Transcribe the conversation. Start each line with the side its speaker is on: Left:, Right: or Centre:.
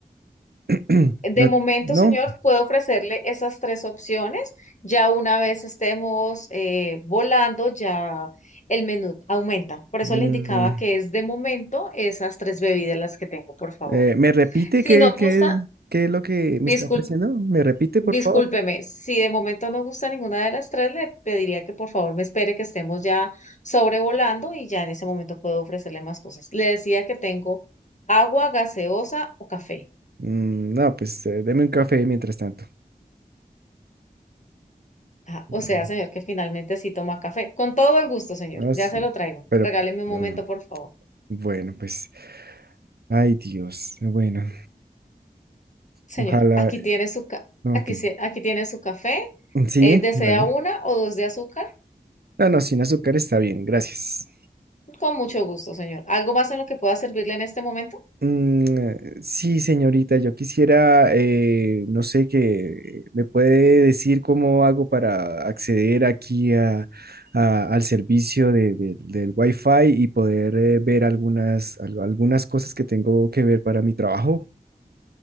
Right: <clears throat>
Left: De
Right: no,
Left: momento,
Right: no,
Left: señor, puedo ofrecerle esas tres opciones. Ya una vez estemos eh, volando, ya el menú aumenta. Por eso
Right: mm,
Left: le indicaba que es de momento esas tres bebidas las que tengo, por favor.
Right: eh, ¿me repite
Left: Si
Right: qué,
Left: no gusta,
Right: qué, qué es lo que me
Left: disculpe,
Right: está ofreciendo? ¿Me repite,
Left: discúlpeme.
Right: por favor?
Left: Si de momento no gusta ninguna de las tres, le pediría que por favor me espere que estemos ya sobrevolando y ya en ese momento puedo ofrecerle más cosas. Le decía que tengo agua, gaseosa o café.
Right: Mm, no, pues eh, deme un café mientras tanto.
Left: Ah, o
Right: Mm,
Left: sea, señor, que finalmente sí toma café. Con todo el gusto, señor.
Right: no es-
Left: Ya se lo traigo.
Right: pero,
Left: Regáleme un
Right: mm,
Left: momento, por favor.
Right: bueno, pues, ay Dios, bueno,
Left: Señor,
Right: ojalá,
Left: aquí tiene su ca-
Right: ok,
Left: aquí, se- aquí tiene su café.
Right: sí,
Left: Eh, ¿desea
Right: bueno.
Left: una o dos de azúcar?
Right: No, no, sin azúcar está bien, gracias.
Left: Con mucho gusto, señor. ¿Algo más en lo que pueda servirle en este momento?
Right: Mm, sí, señorita, yo quisiera, eh, no sé, que me puede decir cómo hago para acceder aquí a- a- al servicio de- de- del Wi-Fi y poder eh, ver algunas, al- algunas cosas que tengo que ver para mi trabajo.